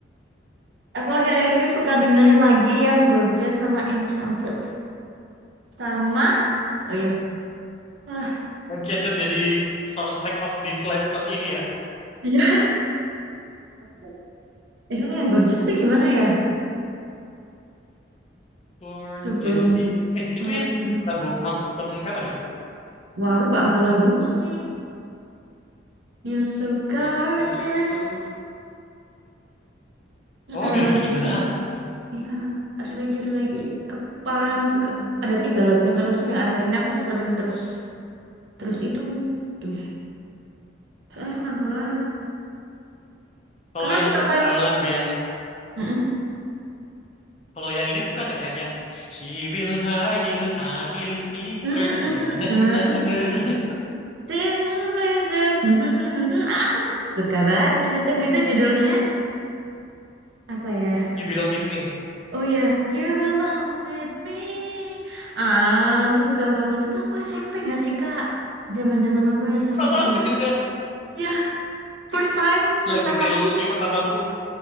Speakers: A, on the right; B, on the left.
A: Aku akhir-akhir ini suka dengerin lagi yang Gorgeous sama Enchanted. Sama, oh iya. Ah,
B: Enchanted jadi soundtrack of this life tahun ini ya.
A: iya. <laughs> Eh, kan yang Gorgeous itu gimana ya?
B: Gorgeous
A: Sebelum
B: itu, eh
A: chorus.
B: itu yang di- album album tahun kapan itu?
A: Wah, aku nggak hafal albumnya sih. You're so gorgeous.
B: Itu tuh,
A: Terus
B: oh
A: ada
B: 2017.
A: lagi.
B: Hmm.
A: Iya, ada lagi, ada lagi. Aku paling suka. Ada tiga lagunya terus tuh yang akhir-akhir ini aku puterin terus. Terus itu. Terus. Enak banget.
B: Kalau
A: Kakak
B: yang
A: suka Taylor?
B: eh, lagu yang
A: Mm-mm.
B: kalau yang ini suka nggak yang yang She will heal, I will sneakers,
A: Mm-mm,
B: na na
A: mm-mm,
B: na na na. <laughs>
A: Season Blizzard. Mm-mm, Aku suka banget. Tunggu itu judulnya apa ya?
B: You belong with me.
A: Oh ya, You Belong With Me. Ah, aku suka banget. Itu aku SMP nggak sih, Kak? Zaman-zaman aku SMP.
B: Sama aku juga
A: Ya,
B: Ke-
A: first time, first
B: lagu
A: time
B: Taylor
A: aku.
B: Swift pertamaku.